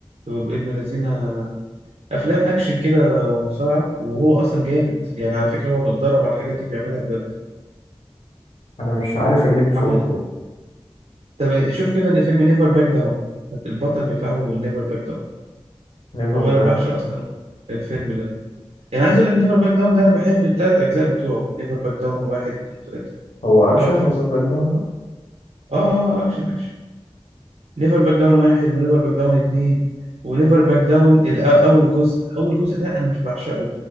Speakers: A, on the right; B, on the left.
A: هو ابن الذين افلام اكشن كده ومصارعه وهو اصلا جامد يعني على فكره هو بيتدرب على الحاجات دي بيعملها بجد
B: انا مش عارف اجيب صورته
A: عمل طب شوف كده ان فيلم نيفر باك داون البطل بتاعه نيفر باك داون
B: نيفر
A: هو
B: باك
A: انا بعشق اصلا
B: داون
A: الفيلم ده يعني عايز اقول لك نيفر باك داون ده انا بحب الثلاث اجزاء بتوعه نيفر باك داون واحد واثنين وثلاثه
B: هو اكشن
A: تحفه
B: نيفر
A: اصلا
B: باك داون ده
A: اه اه آه، اكشن اكشن نيفر باك داون واحد ونيفر باك داون اتنين ونيفر باك داون الأ- اول جزء اول جزء ده انا مش بعشقه